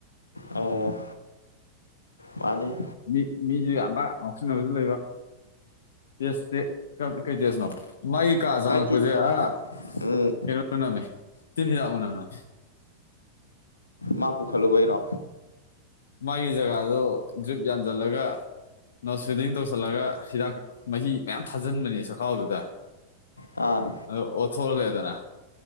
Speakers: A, on the left (about 80°); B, on the left (about 60°).
A: ꯑꯣ ꯃꯥꯅꯤ
B: ꯃꯤ ꯃꯤꯁꯨ ꯌꯥꯝꯕ꯭ꯔꯥ ꯉꯥꯎꯁꯤꯟꯅꯕꯁꯨ ꯂꯩꯕ ꯇꯦꯁꯇꯤ ꯀꯥꯔꯝ ꯀꯩ ꯇꯦꯁꯅꯣ ꯃꯥꯏ ꯀꯥ ꯆꯪꯉꯛꯄꯁꯦ
A: ꯍꯥꯏꯗꯤ
B: ꯑ
A: ꯎꯝ
B: ꯀꯩꯅꯣ ꯃꯅꯝ ꯅꯝꯃꯦ ꯇꯤꯟ ꯍꯤꯗꯥꯛ ꯃꯅꯝ ꯅꯝꯃꯦ
A: ꯃꯥ ꯄꯨꯈꯠꯂꯨꯕꯩꯔꯣ
B: ꯃꯥꯒꯤ ꯖꯒꯥꯗꯨ ꯗ꯭ꯔꯤꯞ ꯌꯥꯟꯁꯤꯜꯂꯒ ꯅꯣꯁ ꯐꯤꯗꯤꯡ ꯇꯧꯁꯜꯂꯒ ꯍꯤꯗꯥꯛ ꯃꯍꯤ ꯃꯌꯥꯝ ꯊꯥꯖꯤꯟꯕꯅꯦ ꯆꯈꯥꯎꯗꯨꯗ
A: ꯑꯥ
B: ꯑꯗꯨ ꯑꯣꯊꯣꯛ ꯍꯜꯂꯦꯗꯅ